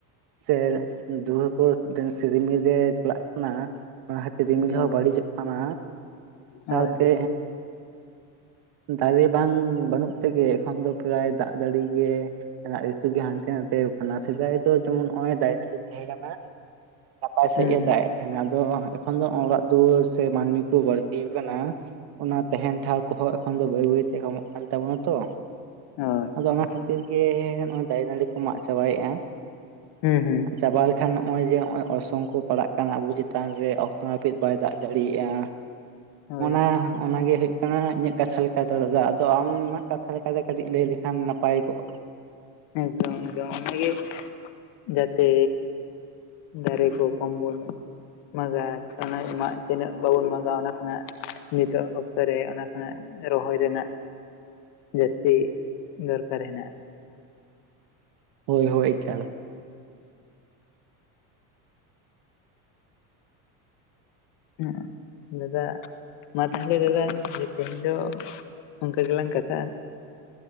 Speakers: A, on the right; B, on the left.
A: ᱥᱮ ᱫᱩᱣᱟᱹ ᱠᱚ ᱥᱮ ᱨᱤᱢᱤᱞ ᱨᱮ ᱪᱟᱞᱟᱜ ᱠᱟᱱᱟ᱾ ᱚᱱᱟ ᱠᱷᱟᱹᱛᱤᱨ ᱨᱤᱢᱤᱞ
B: ᱦᱳᱭ
A: ᱦᱚᱸ ᱵᱟᱹᱲᱤᱡᱚᱜ ᱠᱟᱱᱟ ᱥᱟᱶᱛᱮ
B: ᱦᱳᱭ ᱦᱳᱭ
A: ᱫᱟᱨᱮ ᱵᱟᱝ ᱵᱟᱹᱱᱩᱜ ᱛᱮᱜᱮ ᱮᱠᱷᱚᱱ ᱫᱚ ᱯᱨᱟᱭ ᱫᱟᱜ ᱡᱟᱹᱲᱤ ᱜᱮ ᱨᱤᱛᱩ ᱜᱮ ᱦᱟᱱᱛᱮ ᱱᱟᱛᱮ ᱠᱟᱱᱟ ᱥᱮᱫᱟᱭ ᱫᱚ ᱡᱮᱢᱚᱱ ᱱᱚᱜ-ᱚᱭ ᱫᱟᱨᱮ ᱱᱟᱹᱲᱤ ᱛᱟᱦᱮᱸ ᱠᱟᱱᱟ᱾ ᱱᱟᱯᱟᱭ ᱥᱟ-ᱤᱡ
B: ᱦᱩᱸ
A: ᱮ
B: ᱦᱩᱸ
A: ᱫᱟᱭ᱾ ᱛᱟᱦᱮᱱᱟ ᱟᱫᱚ ᱮᱠᱷᱚᱱ ᱫᱚ ᱚᱲᱟᱜ ᱫᱩᱣᱟᱹᱨ ᱥᱮ ᱢᱟᱹᱱᱢᱤ ᱠᱚ ᱵᱟᱹᱲᱛᱤ ᱟᱠᱟᱱᱟ ᱚᱱᱟ ᱛᱟᱦᱮᱸᱱ ᱴᱷᱟᱶ ᱠᱚᱦᱚᱸ ᱮᱠᱷᱚᱱ ᱫᱚ ᱵᱟᱹᱭ ᱵᱟᱹᱭ ᱛᱮ ᱠᱚᱢᱚᱜ ᱠᱟᱱ ᱛᱟᱵᱚᱱᱟ ᱛᱚ᱾
B: ᱦᱳᱭ,
A: ᱟᱫᱚ ᱚᱱᱟ ᱠᱷᱟᱹᱛᱤᱨ ᱜᱮ ᱱᱚᱜᱼᱚᱭ ᱫᱟᱨᱮ ᱱᱟᱹᱲᱤ ᱠᱚ ᱢᱟᱜ ᱪᱟᱵᱟᱭᱮᱫ-ᱟ᱾
B: ᱦᱩᱸ ᱦᱩᱸ
A: ᱪᱟᱵᱟ ᱞᱮᱠᱷᱟᱱ ᱱᱚᱜ-ᱚᱭ ᱡᱮ ᱱᱚᱜ-ᱚᱭ ᱚᱨᱥᱚᱝ ᱠᱚ ᱯᱟᱲᱟᱜ ᱠᱟᱱᱟ ᱟᱵᱚ ᱪᱮᱛᱟᱱ ᱨᱮ ᱚᱠᱛᱚ ᱱᱟᱹᱯᱤᱛ ᱵᱟᱭ ᱫᱟᱜ ᱡᱟᱹᱲᱤᱭ-ᱟ᱾
B: ᱦᱳᱭ
A: ᱚᱱᱟ
B: ᱦᱳᱭ
A: ᱚᱱᱟᱜᱮ ᱦᱩᱭᱩᱜ ᱚᱱᱟ ᱤᱧᱟᱹᱜ ᱠᱟᱛᱷᱟ ᱞᱮᱠᱟᱛᱮ ᱫᱚ ᱟᱫᱚ ᱟᱢᱟᱜ ᱠᱟᱛᱷᱟ ᱞᱮᱠᱟᱛᱮ ᱠᱟᱹᱴᱤᱡ ᱞᱟᱹᱭ ᱞᱮᱠᱷᱟᱱ ᱱᱟᱯᱟᱭ ᱠᱚᱜ-ᱟ᱾
B: ᱮᱠᱫᱚᱢ ᱮᱠᱫᱚᱢ ᱚᱱᱟᱜᱮ ᱡᱟᱛᱮ ᱫᱟᱨᱮ ᱠᱚ ᱠᱚᱢ ᱵᱚᱱ ᱢᱟᱜᱟ ᱚᱱᱟ ᱢᱟᱜ ᱛᱤᱱᱟᱹᱜ ᱵᱟᱵᱚᱱ ᱢᱟᱜᱟ ᱚᱱᱟ ᱠᱷᱚᱱᱟᱜ ᱱᱤᱛᱚᱜ ᱚᱠᱛᱚ ᱨᱮ ᱚᱱᱟ ᱠᱷᱚᱱᱟᱜ ᱨᱚᱦᱚᱭ ᱨᱮᱱᱟᱜ ᱡᱟᱹᱥᱛᱤ ᱫᱚᱨᱠᱟᱨ ᱦᱮᱱᱟᱜ-ᱟ᱾
A: ᱦᱳᱭ ᱦᱳᱭ ᱮᱠᱟᱞ᱾
B: ᱦᱩᱸ ᱞᱮᱫᱟ ᱢᱟ ᱛᱟᱦᱚᱞᱮ ᱞᱮᱫᱟ ᱛᱮᱦᱮᱸᱧ ᱫᱚ ᱚᱱᱠᱟ ᱜᱮᱞᱟᱝ ᱠᱟᱛᱷᱟ-ᱟ᱾